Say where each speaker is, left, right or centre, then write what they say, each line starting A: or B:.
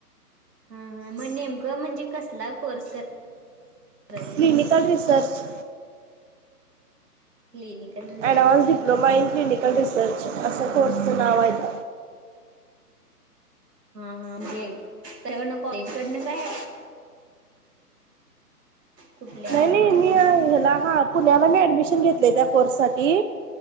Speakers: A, on the right; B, on the right.
A: हम् मग नेमक म्हणजे कसला कोर्स क अस
B: clinical research
A: clinical research
B: advance
A: होय
B: डिप्लोमा इन क्लिनिकल रिसर्च असा कोर्सचं नाव आहेेत
A: हा हा म्हणजे ककडनं कॉलेज कडनं काय कुठल्या
B: नाही
A: ह्याच्याकडनं
B: नाही एमला हा पुण्याला मी ऍडमिशन घेतले त्या कोर्स साठी